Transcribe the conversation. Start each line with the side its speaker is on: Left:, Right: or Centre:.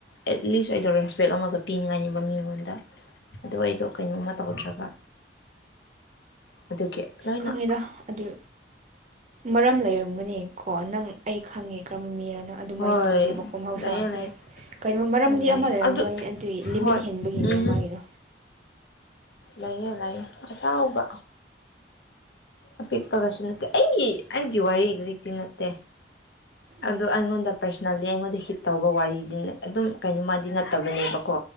Left: ꯑꯦꯠꯂꯤꯁ ꯑꯩꯗꯣ ꯔꯦꯁꯄꯦꯛ ꯑꯃꯒ ꯄꯤꯅꯤꯡꯉꯥꯏꯅꯤꯕ ꯃꯤꯉꯣꯟꯗ ꯑꯗꯣ ꯑꯩꯗꯣ ꯀꯩꯅꯣꯝꯃ ꯇꯧꯗ꯭ꯔꯒ ꯑꯗꯨꯒꯤ ꯂꯣꯏꯅ
Right: ꯈꯪꯉꯤꯗ ꯑꯗꯨ ꯃꯔꯝ ꯂꯩꯔꯝꯒꯅꯤ ꯀꯣ ꯅꯪ ꯑꯩ ꯈꯪꯉꯦ ꯀꯔꯝꯕ ꯃꯤꯔꯅ ꯑꯗꯨꯃꯥꯏꯅ
Left: ꯍꯣꯏ
Right: ꯇꯧꯗꯦꯕ ꯀꯣ ꯃꯍꯧꯁꯥ
Left: ꯂꯩꯌꯦ
Right: ꯍꯣꯏ꯫
Left: ꯂꯩꯌꯦ
Right: ꯀꯩꯅꯣ ꯃꯔꯝꯗꯤ
Left: ꯍꯣꯏ ꯂꯩꯌꯦ
Right: ꯑꯃ ꯂꯩꯔꯝꯒꯅꯤ
Left: ꯑꯗꯨ
Right: ꯑꯗꯨꯒꯤ ꯂꯤꯃꯤꯠ
Left: ꯍꯣꯏ
Right: ꯍꯦꯟꯕꯒꯤꯅꯦ
Left: ꯎꯝꯍꯝ
Right: ꯃꯥꯒꯤꯗꯣ꯫
Left: ꯂꯩꯌꯦ ꯂꯩꯌꯦ ꯑꯆꯥꯎꯕ꯫ ꯑꯄꯤꯛꯄꯒꯁꯨ ꯅꯠꯇꯦ ꯑꯩꯒꯤ ꯑꯩꯒꯤ ꯋꯥꯔꯤ ꯑꯦꯛꯖꯦꯛꯇꯤ ꯅꯠꯇꯦ꯫
Right: ꯎꯝ
Left: ꯑꯗꯣ ꯑꯩꯉꯣꯟꯗ ꯄꯔꯁꯅꯦꯜꯂꯤ ꯑꯩꯉꯣꯟꯗ ꯍꯤꯠ ꯇꯧꯕ ꯋꯥꯔꯤꯗꯤꯅ ꯑꯗꯨꯝ ꯀꯩꯅꯣꯃꯗꯤ ꯅꯠꯇꯕꯅꯦꯕꯀꯣ꯫